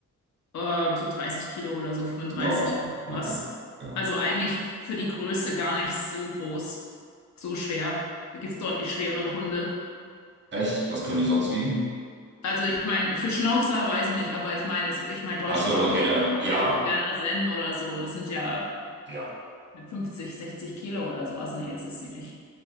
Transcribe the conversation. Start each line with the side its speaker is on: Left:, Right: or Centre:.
Left: äh, so 30 Kilo oder so, 35,
Right: Boah, okay.
Left: was.
Right: Ja.
Left: Also eigentlich für die Größe gar nicht so groß, so schwer. Da gibt's deutlich schwerere Hunde.
Right: Echt? Was können die sonst wiegen?
Left: Also ich meine, für Schnauzer weiß ich nicht, aber ich meine, es- ich meine deutsche
Right: Ach so,
Left: Dogge
Right: generell.
Left: oder
Right: Ja,
Left: halt Berner Sennen oder so, das sind ja
Right: ja.
Left: 50, 60 Kilo oder sowas. Nee, das ist sie nicht.